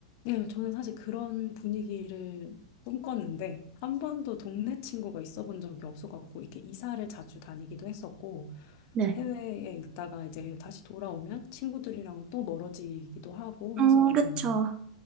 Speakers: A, on the left; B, on the right.
A: 예, 저는 사실 그런 분위기를 꿈꿨는데 한 번도 동네 친구가 있어 본 적이 없어갖고 이렇게 이사를 자주 다니기도 했었고
B: 네.
A: 해외에 있다가 이제 다시 돌아오면 친구들이랑 또 멀어지기도 하고
B: 음,
A: 해서
B: 그쵸.